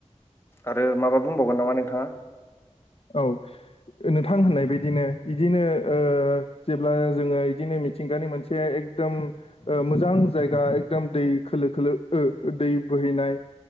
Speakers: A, on the left (about 20°); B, on the left (about 55°).
A: आरो माबा बुंबावगोन नामा नोंथाङा
B: औ नोंथां होननाय बादिनो बिदिनो ओ जेब्ला जोङो बिदिनो मिथिंगानि मोनसे एकदम ओ मोजां जायगा एकदम दै खोलो खोलो ओ दै बोहैनाय